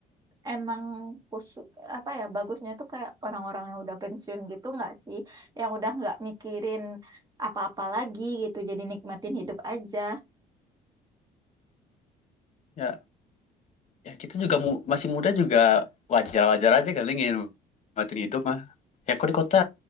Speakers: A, on the right; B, on the left.
A: emang khusus apa ya bagusnya tuh kayak orang-orang yang udah pensiun gitu nggak sih yang udah nggak mikirin apa-apa lagi gitu jadi nikmatin hidup aja
B: Ya ya kita juga mu- masih muda juga wajar wajar aja kali ingin matiin hidup mah. Ya aku di kota